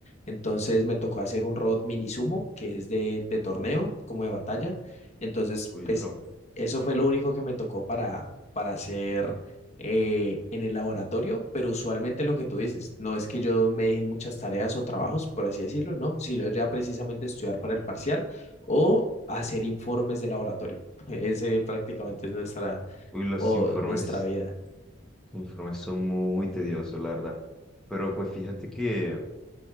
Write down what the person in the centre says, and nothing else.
Uy,
bro.
Uy, los
informes,
los informes son muy tediosos, la verdad. Pero pues fíjate que